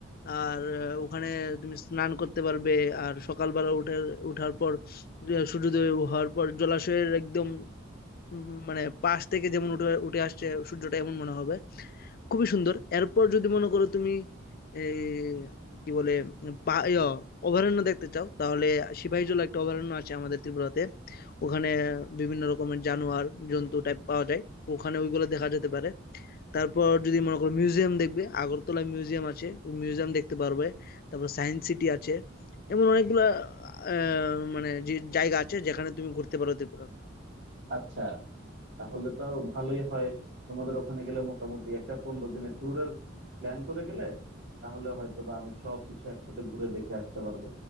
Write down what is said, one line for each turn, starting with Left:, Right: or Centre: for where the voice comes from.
Left: আর আহ, ওখানে তুমি স্নান করতে পারবে আর সকালবেলা উঠে উঠার পর আহ, সূর্যোদয় হওয়ার পর জলাশয়ের একদম উম, মানে পাশ থেকে যেমন উঠে উঠে আসছে সূর্যটা এমন মনে হবে খুবই সুন্দর এরপর যদি মনে করো তুমি এই কি বলে পা- ইয়া, অভয়ারণ্য দেখতে চাও তাহলে সিপাহীজলা একটা অভয়ারণ্য আছে আমাদের ত্রিপুরাতে ওখানে বিভিন্ন রকমের জানোয়ার জন্তু টাইপ পাওয়া যায় ওখানে ওইগুলো দেখা যেতে পারে তারপর যদি মনে করো মিউজিয়াম দেখবে আগরতলা মিউজিয়াম আছে ওই মিউজিয়াম দেখতে পারবে তারপর সায়েন্স সিটি আছে এমন অনেকগুলা আহ, মানে যে জায়গা আছে যেখানে তুমি ঘুরতে পারো ত্রিপুরা
Right: আচ্ছা তাহলে তো ভালোই হয় তোমাদের ওখানে গেলে মোটামুটি একটা পনেরো দিনের ট্যুরের প্ল্যান করে গেলে তাহলে হয়তো বা আমি সব কিছু একসাথে ঘুরে দেখে আসতে পারবো